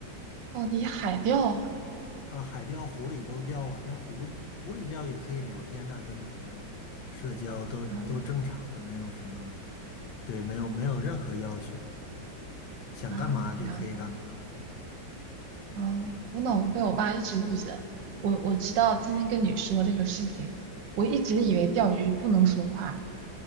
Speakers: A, on the right; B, on the left.
A: 哦，你海钓啊。
B: 啊，海钓、湖里都钓啊，但湖湖里钓也可以聊天呐、跟朋友社交都都正常的，
A: 嗯，
B: 没有什么，对，没有没有任何要求，想干嘛就可以干嘛
A: 啊，我了解了。哦，我脑子被我爸一直误解了。我我知道今天跟你说这个事情，我一直以为钓鱼不能说话，